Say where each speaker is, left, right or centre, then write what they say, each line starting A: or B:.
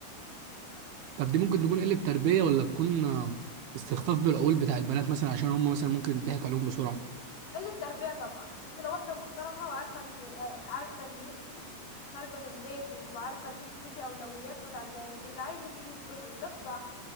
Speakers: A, on the right; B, on the left.
A: طب دي ممكن تكون قلة تربية ولا تكون آه، استخفاف بالعقول بتاع البنات مثلا عشان هم مثلا ممكن يضحك عليهم بسرعة
B: قلة تربية طبعا انت لو واحدة محترمة وعارفة ان آه، عارفة ان انت خارجة من بيتك وعارفة ان انت ليكي اولويات ما تعداش اللي عايزك يجي يخطبك ده الصح